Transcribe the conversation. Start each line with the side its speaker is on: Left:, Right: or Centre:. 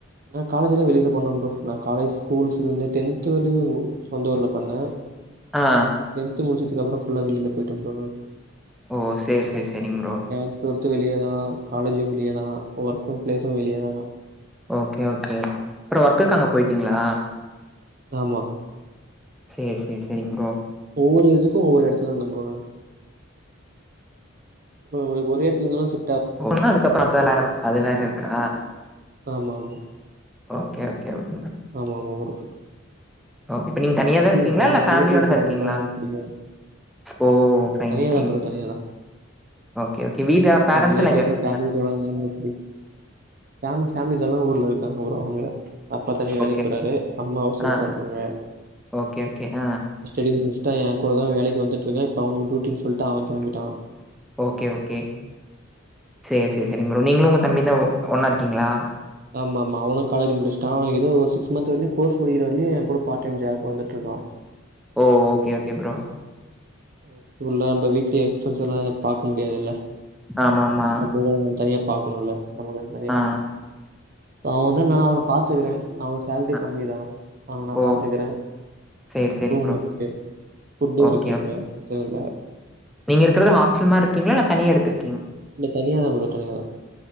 Right: நா காலேஜ்ல்லா வெளிய போனே ப்ரோ நா காலேஜ் ஸ்கூல்ஸ்லேந்து டென்த் வரையு சொந்த ஊர்ல பண்ண
Centre: ஆ.
Right: டென்த் முடிச்சுட் அதுக்கப்பறொ ஃபுல்லா வெளியில போயிட்டம் ப்ரோ
Centre: ஓ! சரி, சரி, சரிங்க ப்ரோ.
Right: லவன்த் டுவெல்த் வெளியதா காலேஜு வெளியதா ஒர்க்கு ஃபிளேஸு வெளியேதா
Centre: ஓகே ஓகே அப்பறொ ஒர்க்குக் அங்க போயிட்டீங்களா
Right: ஆமா
Centre: சரி சரி சரிங் ப்ரோ
Right: ஒவ்வொரு <unintelligible> ப்ரோ நானு உங்களுக்கு ஒரே இடத்துல இருந்தாலா செ
Centre: போனா அதுக்கப்பற <unintelligible> அது வேற இருக்கா
Right: ஆமா ஆமா
Centre: ஓகே ஓகே ஓ
Right: ஆமா ஆமா வரு
Centre: ஓகே இப்ப நீங்க தனியாதா இருக்கீங்களா
Right: பக்க
Centre: இல்ல ஃபேமிலியோட
Right: ரிலேட்டிவ்ஸ்
Centre: தா
Right: யாரா
Centre: இருக்கீங்களா
Right: இருந்தாலும் நமக்கு பிடிக்காது.
Centre: ஓ ஃபைன்
Right: தனியா
Centre: ஃபைன்
Right: தான் ப்ரோ தனியா தான்.
Centre: ஓகே ஓகே வீட
Right: இந்த
Centre: பேரன்ஸ்லாம்
Right: ரிலேட்டிவ்ஸோட
Centre: எங்க
Right: ஃபேமிலிஸோட
Centre: அ
Right: இருந்தாலும் பிடி ஃபேமிலி ஃபேமிலிஸ் எல்லா ஊர்ல இருக்காங்க ப்ரோ அவங்க அப்பா தனியா வேலைக்கு
Centre: ஓகே.
Right: போறாரு அம்மா ஹவுஸ்ஒஃய்பா
Centre: ஆ.
Right: இருக்காங்க
Centre: ஓகே ஓகே ஆஹ்
Right: டி முடிச்சிட்டா என்கூடதா வேலைக்கு வந்துட்டு இருக்கான் இப்ப அவனுக்கு டூட்டின்னு சொல்ட்டு அவன் கெளம்பிட்டா
Centre: ஓகே ஓகே சரி சரி சரிங்க ப்ரோ நீங்களு உங்க தம்பியுந்தா ஒ ஒன்னா இருக்கீங்களா
Right: ஆமா ஆமா அவனும் காலேஜ் முடிச்சிட்டான் அவனுக்கு எதோ ஒரு சிக்ஸ் மந்த் வர்லியு கோர்ஸ் முடிக்கிற வர்லியு என் கூட பார்ட் டைம் ஜாப் வந்துட்டுருக்கா
Centre: ஓ ஓகே ஓகே ப்ரோ
Right: ம் ஃபுல்லா நம்ப வீட்லே எக்ஸ்பென்ஸ் எல்லா பாக்க முடியாதுல்ல
Centre: ஆமாமா.
Right: நம்ப எதுனாலு தனியா பாக்கணுல்ல நமக்குன்னு தனியா
Centre: ஆ,
Right: அவன் தான் நான் அவன பாத்துக்கறேன் அவன் சேல்ரி
Centre: ஆ.
Right: கம்மி தான் ஆனா நான்
Centre: ஓ!
Right: பாத்துக்கறேன்
Centre: சரி, சரிங்க
Right: ரூம்
Centre: ப்ரோ.
Right: இருக்கு ஃபுட்டும்
Centre: ஓகே,
Right: இருக்குங்க
Centre: ஓகே.
Right: ச இல்ல
Centre: நீங்க இருக்கறது ஹாஸ்டல் மாரி இருக்கிங்களா இல்ல தனியா எடுத்துரு
Right: இல்ல தனியாதான் ப்ரோ தனியாதான்